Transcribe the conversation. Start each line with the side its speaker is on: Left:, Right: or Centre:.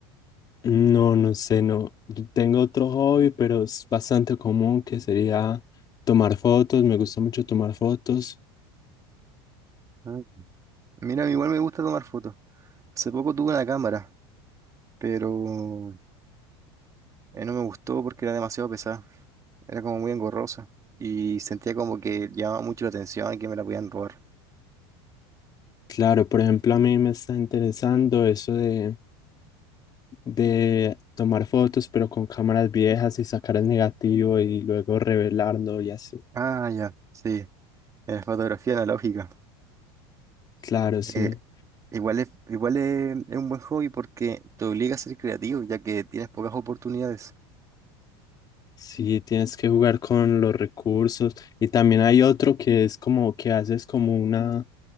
Left: no, no sé, no. Yo Tengo otro hobby, pero es bastante común que sería tomar fotos. Me gusta mucho tomar fotos.
Right: Ah. Mira, igual me gusta tomar fotos. Hace poco tuve una cámara, pero Eh, no me gustó porque era demasiado pesada, era como muy engorrosa y sentía como que llamaba mucho la atención y que me la podían robar.
Left: Claro, por ejemplo, a mí me está interesando eso de, de tomar fotos, pero con cámaras viejas y sacar el negativo y luego revelarlo y así.
Right: Ah, ya, sí, en la fotografía analógica.
Left: Claro, sí.
Right: Eh, igual es, igual es, es un buen hobby porque te obliga a ser creativo ya que tienes pocas oportunidades.
Left: Sí, tienes que jugar con los recursos. Y también hay otro que es como que haces como una